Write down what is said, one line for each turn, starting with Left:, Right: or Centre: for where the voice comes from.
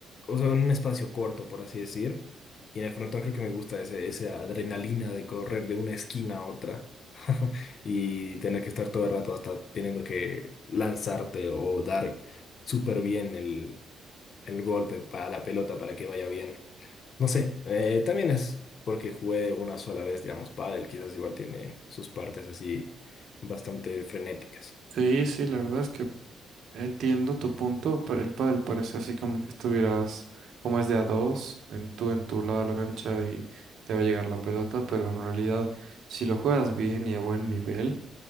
Left: o sea, en un espacio corto, por así decir. Y en el frontón creo que me gusta ese, esa adrenalina de correr de una esquina a otra <laughs> y tener que estar todo el rato hasta teniendo que lanzarte o dar súper bien el, el golpe para la pelota para que vaya bien. No sé, eh, también es porque jugué una sola vez, digamos, pádel, quizás igual tiene sus partes así bastante frenéticas.
Right: Sí, sí, la verdad es que entiendo tu punto, pero el pádel parece así como que estuvieras, como es de a dos, en tú en tu lado de la cancha y te va a llegar la pelota, pero en realidad si lo juegas bien y a buen nivel,